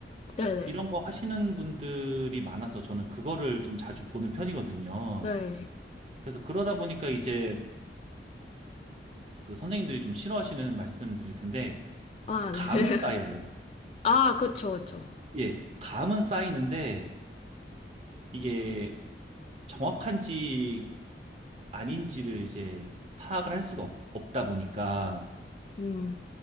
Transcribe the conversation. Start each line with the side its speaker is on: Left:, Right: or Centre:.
Left: 네네.
Right: 이런 거 하시는 분들이 많아서 저는 그거를 좀 자주 보는 편이거든요.
Left: 네.
Right: 그래서 그러다 보니까 이제 그 선생님들이 좀 싫어하시는 말씀드릴 텐데
Left: 아,
Right: 감은
Left: 네. <laughs>
Right: 쌓여요.
Left: 아, 그쵸, 그쵸.
Right: 예, 감은 쌓이는데 이게 정확한지 아닌지를 이제 파악을 할 수가 없, 다 보니까
Left: 음.